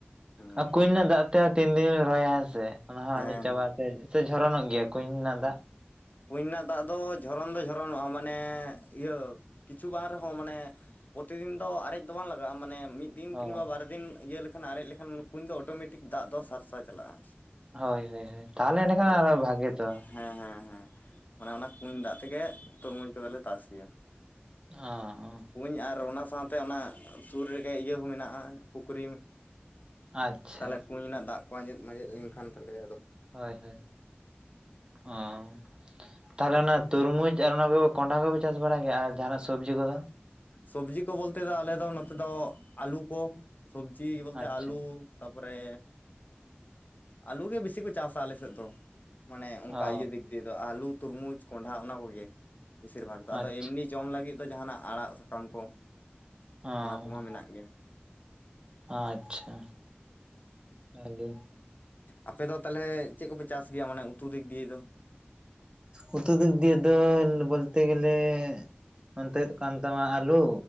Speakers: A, on the left; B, on the right.
A: ᱦᱮᱸ
B: ᱟᱨ ᱠᱩᱧ ᱨᱮᱱᱟᱜ ᱫᱟᱜ ᱛᱮᱦᱚᱸ ᱛᱤᱱ ᱫᱤᱱᱮᱢ ᱨᱚᱦᱚᱭᱟ ᱦᱮᱸᱥᱮ? ᱚᱱᱟ ᱦᱚᱸ
A: ᱦᱮᱸ
B: ᱟᱸᱡᱮᱫ ᱪᱟᱵᱟᱜ
A: ᱦᱮᱸ
B: ᱥᱮ, ᱥᱮ ᱡᱷᱚᱨᱚᱱᱚᱜ ᱜᱮᱭᱟ ᱠᱩᱧ ᱨᱮᱱᱟᱜ ᱫᱟᱜ?
A: ᱠᱩᱧ ᱨᱮᱱᱟᱜ ᱫᱟᱜ ᱫᱚ ᱡᱷᱚᱨᱚᱱ ᱫᱚ ᱡᱷᱚᱨᱚᱱᱚᱜᱼᱟ᱾ ᱢᱟᱱᱮ ᱤᱭᱟᱹ ᱠᱤᱪᱷᱩ ᱵᱟᱝ ᱨᱮᱦᱚᱸ ᱢᱟᱱᱮ ᱯᱨᱚᱛᱤᱫᱤᱱ ᱫᱚ ᱟᱨᱮᱡ ᱫᱚ ᱵᱟᱝ ᱞᱟᱜᱟᱜᱼᱟ ᱢᱟᱱᱮ ᱢᱤᱫ ᱫᱤᱱ
B: ᱚ
A: ᱠᱤᱢᱵᱟ ᱵᱟᱨ ᱫᱤᱱ ᱤᱭᱟᱹ ᱞᱮᱠᱷᱟᱱ ᱟᱨᱮᱡ ᱞᱮᱠᱷᱟᱱ ᱠᱩᱧ ᱫᱚ ᱚᱴᱳᱢᱮᱴᱤᱠ ᱫᱟᱜ ᱫᱚ ᱥᱟᱨᱥᱟ ᱪᱟᱞᱟᱜᱼᱟ᱾
B: ᱦᱳᱭ ᱦᱳᱭ ᱦᱳᱭ ᱛᱟᱦᱚᱞᱮ
A: ᱢᱟᱱᱮ
B: ᱮᱸᱰᱮᱠᱷᱟᱱ
A: ᱟᱨᱠᱤ ᱵᱟᱹᱲᱛᱤ
B: ᱟᱨᱚ ᱵᱷᱟᱜᱮ ᱛᱚ᱾
A: ᱦᱮᱸ ᱦᱮᱸ ᱦᱮᱸ ᱢᱟᱱᱮ ᱚᱱᱟ ᱠᱩᱧ ᱫᱟᱜ ᱛᱮᱜᱮ ᱛᱩᱨᱢᱩᱡᱽ ᱠᱚᱫᱚᱞᱮ ᱛᱟᱥ ᱜᱮᱭᱟ᱾
B: ᱚ-ᱚ᱾
A: ᱠᱩᱧ ᱟᱨ ᱚᱱᱟ ᱥᱟᱶᱛᱮ ᱚᱱᱟ ᱥᱩᱨ ᱨᱮᱜᱮ ᱤᱭᱟᱹ ᱦᱚᱸ ᱢᱮᱱᱟᱜᱼᱟ ᱯᱩᱠᱷᱨᱤ᱾
B: ᱟᱪᱪᱷᱟ
A: ᱛᱟᱦᱚᱞᱮ ᱠᱩᱸᱧ ᱨᱮᱱᱟᱜ ᱫᱟᱜ ᱠᱚ ᱟᱸᱡᱮᱫ ᱢᱟᱸᱡᱮᱫ ᱞᱮᱱᱠᱷᱟᱱ ᱛᱟᱦᱚᱞᱮ
B: ᱦᱳᱭ ᱦᱳᱭ ᱚ ᱛᱟᱦᱚᱞᱮ ᱚᱱᱟ ᱛᱩᱨᱢᱩᱡᱽ ᱟᱨ ᱚᱱᱟ ᱠᱚ ᱠᱚᱸᱰᱦᱟ ᱠᱚᱯᱮ ᱪᱟᱥ ᱵᱟᱲᱟᱭ ᱜᱮᱭᱟ ᱟᱨ ᱡᱟᱦᱟᱱᱟᱜ ᱥᱚᱵᱽᱡᱤ ᱠᱚᱫᱚ?
A: ᱥᱚᱵᱽᱡᱤ ᱠᱚ ᱵᱚᱞᱛᱮ ᱫᱚ ᱟᱞᱮ ᱫᱚ ᱱᱚᱛᱮ ᱫᱚ ᱟᱞᱩ ᱠᱚ ᱥᱚᱵᱽᱡᱤ ᱵᱚᱞᱛᱮ
B: ᱟᱪᱪᱷᱟ
A: ᱟᱞᱩ ᱛᱟᱯᱚᱨᱮ ᱟᱹᱞᱩ ᱜᱮ ᱵᱮᱥᱤ ᱠᱚ ᱪᱟᱥᱟ ᱟᱞᱮ ᱥᱮᱫ ᱫᱚ ᱢᱟᱱᱮ ᱚᱱᱠᱟ
B: ᱚ
A: ᱤᱭᱟᱹ ᱫᱤᱠ ᱫᱤᱭᱮ ᱫᱚ ᱟᱞᱩ ᱛᱩᱨᱢᱩᱡᱽ ᱠᱚᱱᱰᱷᱟ ᱚᱱᱟ ᱠᱚᱜᱮ ᱵᱮᱥᱤᱨ ᱵᱷᱟᱜ ᱫᱚ ᱟᱫᱚ
B: ᱟᱪᱪᱷᱟ
A: ᱮᱢᱱᱤ ᱡᱚᱢ ᱞᱟᱹᱜᱤᱫ ᱫᱚ ᱡᱟᱦᱟᱱᱟᱜ ᱟᱲᱟᱜ ᱥᱟᱠᱟᱢ ᱠᱚ
B: ᱚ
A: ᱚᱱᱟ ᱠᱚᱢᱟ ᱢᱮᱱᱟᱜ ᱜᱮ ᱾
B: ᱟᱪᱪᱷᱟ ᱵᱷᱟᱜᱤ
A: ᱟᱯᱮ ᱫᱚ ᱛᱟᱞᱦᱮ ᱪᱮᱫ ᱠᱚᱯᱮ ᱪᱟᱥ ᱜᱮᱭᱟ ᱢᱟᱱᱮ ᱩᱛᱩ ᱫᱤᱠ ᱫᱤᱭᱮ ᱫᱚ
B: ᱩᱛᱩ ᱫᱤᱠ ᱫᱤᱭᱮ ᱫᱚ ᱵᱚᱞᱛᱮ ᱜᱮᱞᱮ ᱚᱱᱛᱮ ᱦᱩᱭᱩᱜ ᱠᱟᱱ ᱛᱟᱢᱟ ᱟᱞᱩ